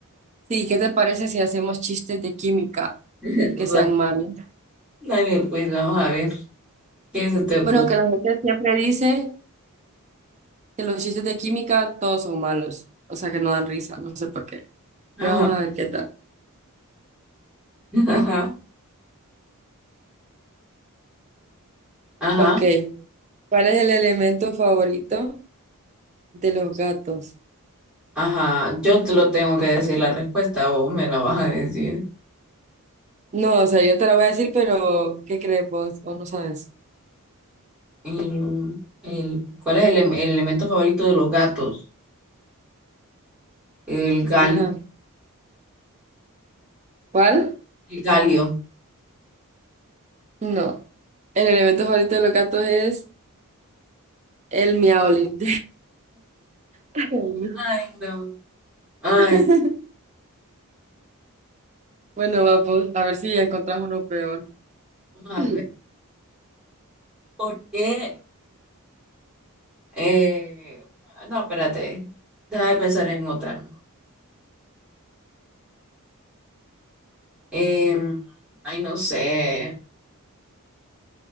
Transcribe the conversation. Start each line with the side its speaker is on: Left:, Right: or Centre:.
Right: Sí, ¿qué te parece si hacemos chistes de química
Centre: <laughs>
Right: que sean
Centre: Va,
Right: malos?
Centre: Dale, pues vamos a ver. ¿Qué se te ocurre?
Right: Bueno, que la gente siempre dice que los chistes de química todos son malos, o sea que no dan risa, no sé por qué,
Centre: Ajá,
Right: pero vamos a ver qué tal.
Centre: <laughs> ajá, ajá,
Right: Ok, ¿cuál es el elemento favorito? de los gatos.
Centre: ajá. Yo te lo tengo que decir la respuesta, vos me la vas a decir.
Right: No, o sea, yo te la voy a decir, pero ¿qué crees vos? ¿O no sabes?
Centre: Mm, el- ¿cuál es el, em- el elemento favorito de los gatos? El gal
Right: Ajá. ¿Cuál?
Centre: El calio.
Right: No. El elemento favorito de los gatos es el miaolín. <laughs> Ay, No.
Centre: Ay, no. Ay,
Right: <laughs> Bueno, vamos, a ver si ya encontrás uno peor.
Centre: vamos a ver.
Right: <clears throat>
Centre: ¿Por qué? Eh, no, espérate. Deja de pensar en otra. Em, ay, no sé.